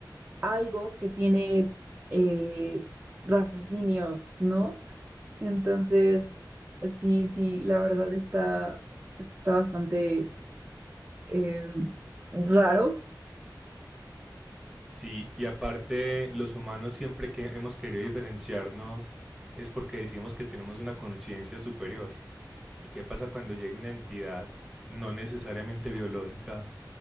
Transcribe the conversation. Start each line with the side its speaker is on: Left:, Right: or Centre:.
Right: algo que tiene eh, raciocinio, ¿no? Entonces, sí, sí, la verdad está, está bastante eh, raro,
Centre: Sí, y aparte, los humanos siempre que hemos querido diferenciarnos es porque decimos que tenemos una conciencia superior. ¿Y qué pasa cuando llega una entidad no necesariamente biológica